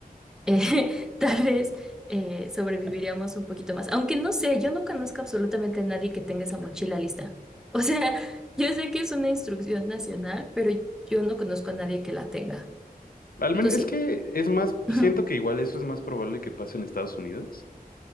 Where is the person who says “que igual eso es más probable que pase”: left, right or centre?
Left